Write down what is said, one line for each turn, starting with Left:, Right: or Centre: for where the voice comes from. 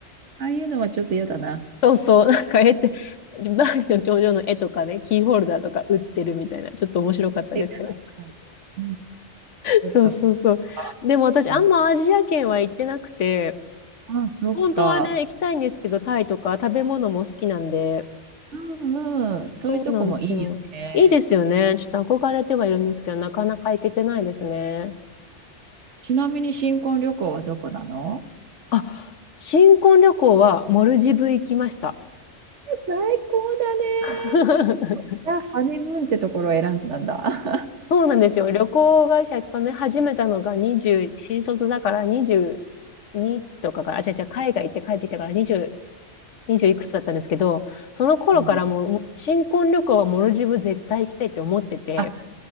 Right: ああいうのはちょっと嫌だな。
Left: そうそう、なんか絵って、バーンリの頂上の絵とかね、キーホルダーとか売ってるみたいな、ちょっと面白かったですけど。
Right: 絶対いらないな。うん。そっか、
Left: そうそうそう。
Right: そっか。
Left: でも私、
Right: ね、
Left: あんまアジア圏は行ってなくて、
Right: ああ、そっか。
Left: 本当はね、行きたいんですけど、タイとか食べ物も好きなんで、
Right: うんうん。そういうとこもいいよね。
Left: そうなんですよ。いいですよね。ちょっと憧れてはいるんですけど、なかなか行けてないですね。
Right: ちなみに新婚旅行はどこなの
Left: あ、新婚旅行はモルジブ行きました。
Right: え最高だね。
Left: <laughs>
Right: もうザ・ハネムーンってところを選んだんだ。
Left: そうなんですよ。旅行会社勤め始めたのが20、新卒だから22とかから、あ、違う違う、海外行って帰ってきたから20、20いくつだったんですけど、その頃からもう新婚旅行はモルジブ絶対行きたいって思ってて、
Right: <laughs> うん。あ、